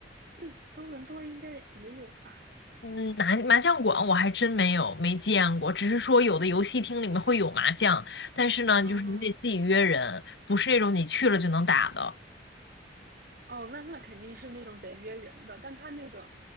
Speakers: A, on the right (about 55°); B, on the left (about 70°).
A: 这多伦多应该也有吧？
B: 嗯，麻麻将馆我还真没有没见过，只是说有的游戏厅里面会有麻将，但是呢，
A: 啊
B: 就是你得自己约人，不是那种你去了就能打的。
A: 哦，那那肯定是那种得约人的，但他那个，